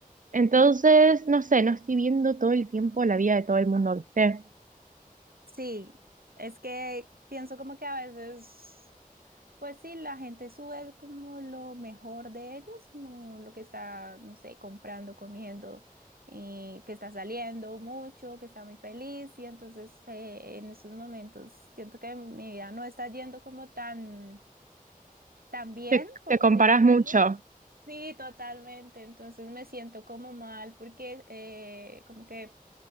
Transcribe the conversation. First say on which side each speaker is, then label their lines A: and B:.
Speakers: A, on the right; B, on the right.
A: Entonces, no sé, no estoy viendo todo el tiempo la vida de todo el mundo, ¿viste?
B: Sí, es que pienso como que a veces, pues sí, la gente sube como lo mejor de ellos, como lo que está, no sé, comprando, comiendo, y que está saliendo mucho, que está muy feliz, y entonces eh, en esos momentos siento que mi vida no está yendo como tan... También,
A: Te,
B: por
A: te comparás
B: así decirlo.
A: mucho.
B: Sí, totalmente. Entonces me siento como mal porque eh, como que